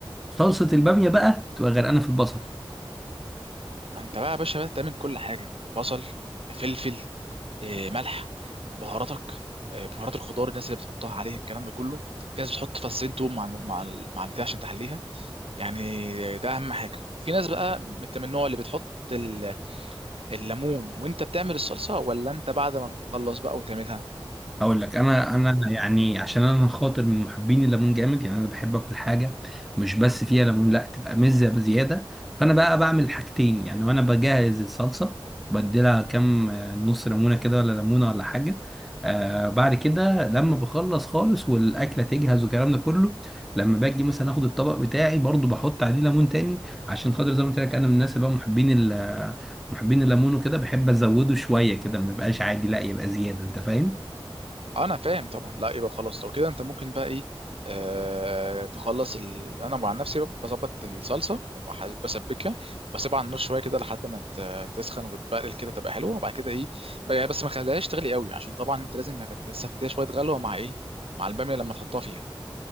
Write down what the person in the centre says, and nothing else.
صلصه الباميه بقى بتبقى غرقانه في البصل
هقول لك انا انا يعني عشان انا خاطر من محبين الليمون جامد يعني انا بحب اكل حاجه مش بس فيها ليمون لا تبقى مزه بزياده فانا بقى بعمل حاجتين يعني وانا بجهز الصلصه بديلها كام آه، نص ليمونه كده ولا ليمونه ولا حاجه آه بعد كده لما بخلص خالص والاكله تجهز والكلام ده كله لما باجي مثلا اخد الطبق بتاعي برضو بحط عليه ليمون تاني عشان خاطر زي ما قلت لك انا من الناس اللي هم محبين ال- محبين الليمون وكده بحب ازوده شويه كده ما يبقاش عادي لا يبقى زياده انت فاهم